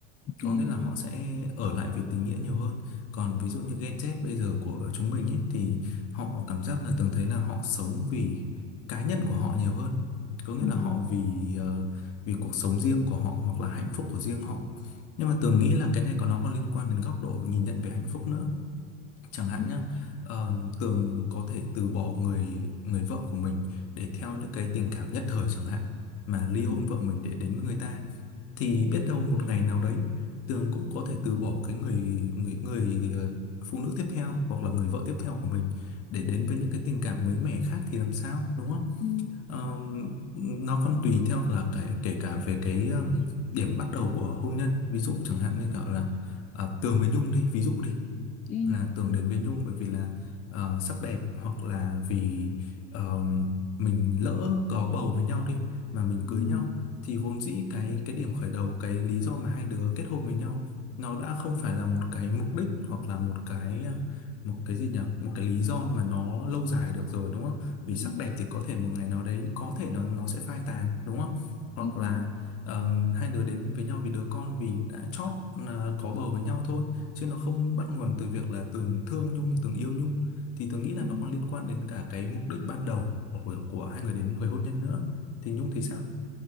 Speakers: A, on the left; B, on the left.
A: ừ
B: Có nghĩa là họ sẽ ở lại vì tình nghĩa nhiều hơn. Còn ví dụ như Gen Z bây giờ của chúng mình ấy thì họ cảm giác là Tường thấy là họ sống vì cá nhân của họ nhiều hơn. Có nghĩa
A: ừ
B: là họ vì ờ, vì cuộc sống riêng của họ hoặc là hạnh phúc của riêng họ. Nhưng mà Tường nghĩ là cái này có nó có liên quan đến góc độ nhìn nhận về hạnh phúc nữa chẳng hạn
A: ừ
B: nhé Tường có thể từ bỏ người người vợ của mình để theo những cái tình cảm nhất thời chẳng hạn mà ly
A: ừ
B: hôn vợ mình để đến với người ta thì biết đâu một ngày nào đấy Tường cũng có thể từ bỏ cái người người người ờ, phụ nữ tiếp theo hoặc là người vợ tiếp theo của mình để đến với những cái tình cảm mới mẻ khác thì làm sao đúng không
A: ừ
B: Ờm, nó còn tùy theo là kể kể cả về cái ờm, điểm bắt đầu của hôn nhân ví dụ chẳng hạn như kiểu là uh, Tường với Nhung đi ví dụ đi
A: ừ
B: là tưởng đến với Nhung bởi vì là ờ, sắc đẹp hoặc là vì ờ, mình lỡ có bầu với nhau đi mà mình
A: ừ
B: cưới nhau thì vốn dĩ cái cái điểm khởi đầu cái lý do mà hai đứa kết hôn với nhau nó đã không phải là một cái mục đích hoặc là một cái ờ, một cái gì nhỉ một cái lý do mà nó lâu dài được rồi đúng không vì
A: ừ
B: sắc đẹp thì có thể một ngày nào đấy có thể nó nó sẽ phai tàn đúng không hoặc
A: ừ
B: là ờ, hai đứa đến với nhau vì đứa con vì đã chót ờ, có bầu với nhau thôi chứ nó không bắt nguồn từ việc là Tường thương Nhung Tường yêu Nhung thì Tường nghĩ là
A: ừ.
B: nó còn liên quan đến cả cái mục đích ban đầu của của hai người đến với hôn nhân nữa thì Nhung thì sao